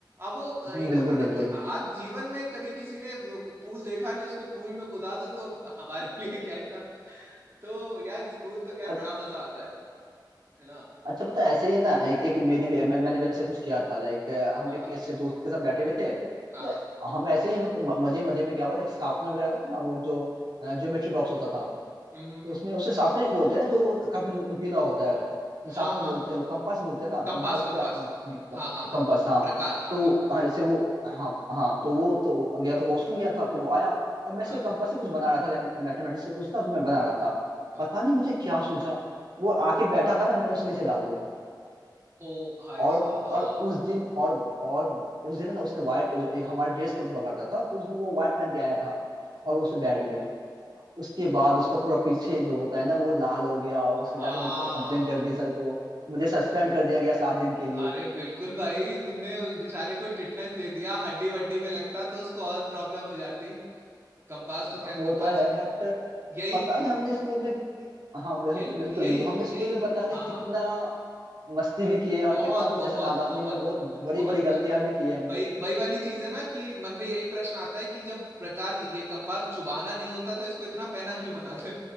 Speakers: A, on the right; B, on the right.
A: अब वो अ,
B: हम्म,
A: एक
B: बिल्कुल
A: होता ना
B: बिल्कुल
A: कि आज जीवन में कभी किसी ने वो पूल देखा नहीं उसको पूल में कुदा दो तो हमारे <laughs> लिए क्या ही था तो यार स्कूल तो खैर
B: अ-
A: बड़ा मजा आता है है ना
B: अच्छा पता है, ऐसे ही ना एक, एक मेरी भी मैं, मैंने वैसे कुछ किया था लाइक हम
A: हाँ
B: एक
A: हाँ
B: ऐसे दोस्त के साथ बैठे हुए थे
A: हाँ
B: तो
A: हाँ
B: हम ऐसे ही मतलब मजे मजे में क्या हुआ एक शार्पनर वगैरह आता था ना वो जो ज्योमेट्री बॉक्स होता था
A: हम्म हम्म
B: तो उसमें
A: हम्म, हम्म।
B: उसे सापने बोलते हैं ना जो काफी नु, नुकीला होता है सापने
A: हाँ हाँ
B: बोलते
A: हाँ
B: हैं कंपास बोलते हैं ना
A: कंपास
B: कंपास
A: कंपास
B: क्या
A: हाँ हाँ हाँ
B: कंपास हाँ
A: प्रकार हाँ
B: तो
A: कंपास
B: हाँ, जैसे वो हाँ हाँ तो वो तो गया था वॉशरूम गया था तो वो आया और मैं
A: हाँ
B: से
A: हाँ
B: कंपास से कुछ बना रहा था लाइक मैथमेटिक्स का कुछ था तो मैं बना रहा था
A: वाह।
B: पता नहीं मुझे क्या सूझा वो आके बैठा था ना मैंने उसे नीचे डाल दिया
A: ओ भाई
B: और
A: साहब
B: और उस दिन और और उस दिन ना उसने व्हाइट जो एक हमारा ड्रेस कोड हुआ करता था तो उसने वो व्हाइट पहन के आया था और वो उसे बैठ गया उसके बाद उसका पूरा पीछे जो होता है ना वो लाल हो गया और उसके
A: हाँ
B: जाके कंप्लेन
A: हाँ
B: कर दी सर को मुझे सस्पेंड
A: अ-
B: कर दिया गया सात दिन के लिए
A: अरे बिल्कुल भाई तुमने उस बेचारे को टिटनेस दे दिया हड्डी वड्डी में लगता तो उसको और प्रॉब्लम हो जाती कंपास तो
B: हाँ
A: खैर
B: वो
A: कंपास
B: तो है
A: है
B: बट
A: यही
B: पता नहीं हमने स्कूल में हाँ हम
A: यही
B: बिल्कुल
A: यही
B: बिल्कुल हमने स्कूल
A: यही
B: में पता नहीं
A: हाँ
B: कितना
A: हाँ
B: मस्ती भी की है और
A: बहुत
B: कितना कुछ
A: बहुत
B: ऐसा नादानियों
A: बहुत
B: में बहुत
A: मुझे
B: बड़ी
A: बहुत
B: बड़ी गलतियां
A: याद
B: भी की है हमने
A: वही वही वाली चीज है ना कि मन में यही प्रश्न आता है कि जब प्रकार ये कंपास चुबाना नहीं होता तो इसको इतना पैना क्यों बनाते